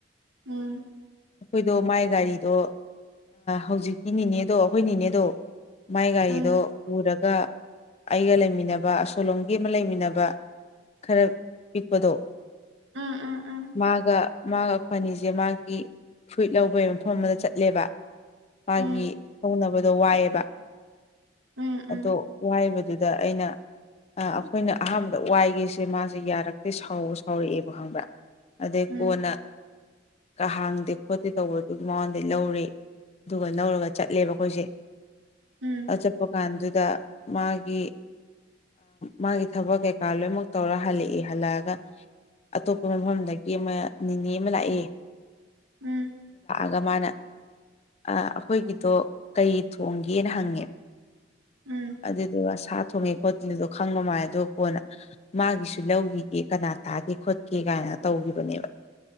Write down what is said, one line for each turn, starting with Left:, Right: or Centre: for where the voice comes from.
Right: ꯎꯝ
Left: ꯑꯩꯈꯣꯏꯗꯣ ꯃꯥꯏ ꯒꯥꯔꯤꯗꯣ ꯍꯧꯖꯤꯛꯀꯤꯅꯦꯅꯦꯗꯣ ꯑꯩꯈꯣꯏꯅꯦꯅꯦꯗꯣ ꯃꯥꯏ ꯒꯥꯔꯤꯗꯣ
Right: ꯎꯝ
Left: ꯄꯨꯔꯒ ꯑꯩꯒ ꯂꯩꯃꯤꯟꯅꯕ ꯑꯁꯣꯂꯣꯝ ꯒꯤ ꯑꯃ ꯂꯩꯃꯤꯟꯅꯕ ꯈꯔ ꯄꯤꯛꯄꯗꯣ
Right: ꯎꯝ ꯎꯝ
Left: ꯃꯥꯒ ꯃꯥꯒ ꯑꯩ ꯈ꯭ꯣꯏꯋꯥꯅꯤꯁꯦ ꯃꯥꯒꯤ ꯐꯨꯏꯠ ꯂꯧꯕꯒꯤ ꯃꯐꯝ ꯑꯃꯗ ꯆꯠꯂꯦꯕ ꯃꯥꯒꯤ
Right: ꯎꯝ
Left: ꯍꯧꯅꯕꯗꯣ ꯋꯥꯏꯑꯕ
Right: ꯎꯝ ꯎꯝ
Left: ꯑꯗꯣ ꯋꯥꯏꯕꯗ ꯑꯗꯨꯗ ꯑꯩꯅ ꯑꯩꯈꯣꯏꯅ ꯑꯍꯥꯟꯕꯗ ꯋꯥꯏꯒꯁꯦ ꯃꯥꯁꯦ ꯌꯥꯔꯛꯇꯦ ꯁꯥꯎꯕ ꯁꯥꯎꯔꯛꯑꯦꯕ ꯈꯪꯕ꯭ꯔꯥ ꯑꯗꯩ
Right: ꯎꯝ
Left: ꯀꯣꯟꯅ ꯀ ꯍꯥꯡꯗꯦ ꯈꯣꯠꯇꯦ ꯇꯧꯕꯗꯨꯒꯤ ꯃꯉꯣꯟꯗ ꯂꯧꯔꯤ ꯑꯗꯨꯒ ꯂꯧꯔꯒ ꯆꯠꯂꯦꯕ ꯑꯩꯈꯣꯏꯁꯦ
Right: ꯎꯝ ꯎꯝ
Left: ꯆꯠꯄ ꯀꯥꯟꯗꯨꯗ ꯃꯥꯒꯤ ꯃꯥꯒꯤ ꯊꯕꯛ ꯀꯩꯀꯥ ꯂꯣꯏꯅꯃꯛ ꯇꯧꯔ ꯍꯜꯂꯛꯏ ꯍꯜꯂꯛꯑꯒ ꯑꯇꯣꯞꯄ ꯃꯐꯝꯗꯒꯤ ꯑꯃ ꯅꯤꯅꯦ ꯑꯃ ꯂꯥꯛꯑꯦ
Right: ꯎꯝ
Left: ꯒ ꯃꯥꯅ ꯑꯩꯈꯣꯏꯒꯤꯗꯣ ꯀꯩ ꯊꯣꯡꯒꯦꯅ ꯍꯪꯉꯦꯕ
Right: ꯎꯝ
Left: ꯑꯗꯨꯗꯨ ꯑꯁꯥ ꯊꯣꯡꯉꯦ ꯍꯣꯠꯦꯜꯗꯣ ꯈꯪꯕ ꯃꯥꯜꯗ ꯀꯣꯟꯅ ꯃꯥꯒꯤꯁꯨ ꯂꯧꯈꯤꯒꯦ ꯀꯅꯥ ꯇꯥꯒꯦ ꯈꯣꯠꯀꯦ ꯀꯥꯏꯅ ꯇꯧꯕ ꯕꯅꯦꯕ